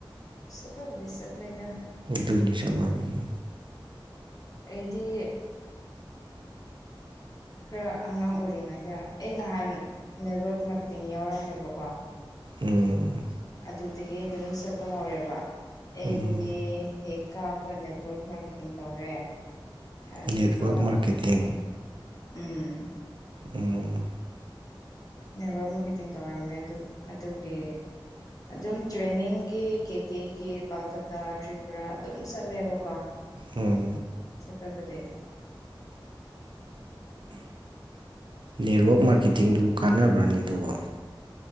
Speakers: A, on the left (about 40°); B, on the right (about 65°).
A: ꯁꯐꯕꯨꯗꯤ ꯆꯠꯂꯦꯗ
B: ꯗꯅꯤꯁ ꯃꯥꯟꯒ
A: ꯑꯩꯗꯤ ꯈꯔ ꯑꯉꯥꯡ ꯑꯣꯏꯔꯤꯉꯩꯗ ꯑꯩ ꯉꯍꯥꯟ ꯅꯦꯠꯋꯔꯛ ꯃꯥꯔꯀꯦꯇꯤꯡ ꯌꯥꯎꯔꯝꯃꯦꯕꯀꯣ
B: ꯎꯝ
A: ꯑꯗꯨꯗꯒꯤ ꯑꯗꯨꯝ ꯆꯠꯄ ꯍꯧꯔꯦꯕ ꯑꯦ
B: ꯎꯝ
A: ꯕꯤ ꯑꯦ ꯍꯦꯛ ꯀꯥꯕꯒ ꯅꯦꯠꯋꯥꯔꯛ ꯃꯥꯔꯀꯦꯇꯤꯡ ꯇꯧꯔꯦ ꯑꯗꯨꯒ
B: ꯅꯦꯠꯋꯥꯛ ꯃꯥꯔꯀꯦꯇꯤꯡ
A: ꯎꯝ
B: ꯎꯝ
A: ꯅꯦꯕꯔ ꯑꯃ ꯈꯤꯇꯤꯡ ꯇꯧꯔꯝꯃꯦ ꯑꯗꯨ ꯑꯗꯨꯒꯤ ꯑꯗꯨꯝ ꯇ꯭ꯔꯦꯅꯤꯡꯒꯤ ꯀꯦ ꯀꯦꯒꯤ ꯀꯜꯀꯇꯥ ꯇ꯭ꯔꯤꯄꯨꯔꯥ ꯑꯗꯨꯝ ꯆꯠꯂꯦꯕꯀꯣ
B: ꯎꯝ
A: ꯆꯠꯄꯕꯗꯤ
B: ꯅꯦꯠꯋꯥꯛ ꯃꯥꯔꯀꯦꯇꯤꯡꯗꯨꯕꯨ ꯀꯥꯟꯅꯕ꯭ꯔꯅꯤ ꯑꯗꯨꯕꯨ